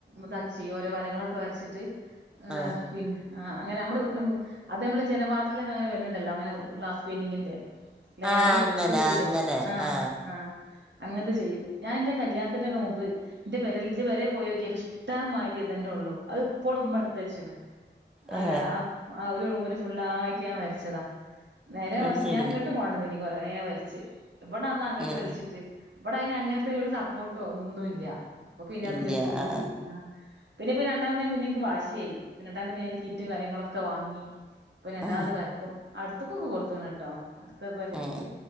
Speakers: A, on the right; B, in the centre.
A: ഇതാക്കി ചെയ്യും ഓരോ വരകളൊക്കെ വരച്ചിട്ട് ആഹ്
B: ആ
A: പിന്നെ ആഹ് അങ്ങനെ നമ്മള് ഹ്മ് അത് ഞമ്മള് ജനവാതിലിനൊ ക്കെഅങ്ങനെ വരുന്നുണ്ടല്ലോ അങ്ങനെ ഗ്ലാസ് പെയിൻ്റിംഗിന്റെ ലയറിട്ടിട്ടും
B: ആ അങ്ങനെ
A: ചെയ്യും
B: അങ്ങനെ
A: ആഹ്
B: ആ
A: ആഹ് അങ്ങനത്തെ ചെയ്യും ഞാൻ എന്റെ കല്യാണത്തിൻ്റെ ഒക്കെ മുമ്പ് ഇന്റെ പെരേൽ ഇത് വരെ പോയിനോക്കിയേല് ഇഷ്ടം മാരിതെന്നെ ഉള്ളു അത് ഇപ്പൊളും ഇമ്മട്ത്തച്ച്ണ് ആഹ്
B: ഏ
A: കാ ആ ആ ഒരു റൂമില് ഫുള്ളായിട്ട് ഞാന് വരച്ചതാ നേരെ
B: അത്
A: മർച്ച്
B: ശരി
A: ഞാൻ ഇങ്ങട്ടും കൊണ്ടന്നീനി കൊറേ വര്ച്ച് ഇബടന്ന് അങ്ങട്ട്
B: ഏ
A: വല്ച്ചിട്ട് ഇബടെ അയിന് അങ്ങൻത്തെ ഒരു സപ്പോട്ടോ ഒന്നുല്ല അപ്പൊ പിന്നെ
B: ഇല്ല
A: അത് കെട്ടിപ്പൂട്ടി
B: ആ
A: ആഹ് പിന്നെപ്പ് രണ്ടാമത് പിന്നെ എന്ക്ക് വാശി ആയി പിന്നെ രണ്ടാമത് വേം ഞാൻ കിറ്റും കാര്യങ്ങളാക്കെ വാങ്ങി
B: ആ
A: ഞാത് വരക്കും അട്ത്തുക്കൊക്കെ കൊട്ത്തിണട്ടോ അടുത്ത് പെരേക്ക്
B: ഏ